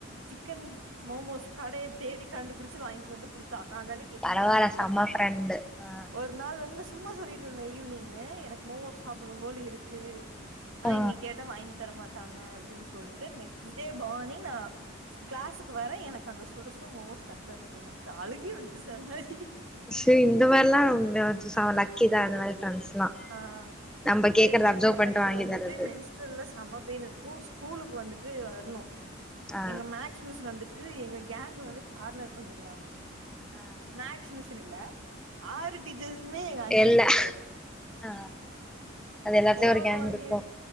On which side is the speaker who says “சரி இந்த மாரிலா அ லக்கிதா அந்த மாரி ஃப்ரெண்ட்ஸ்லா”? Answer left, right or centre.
Centre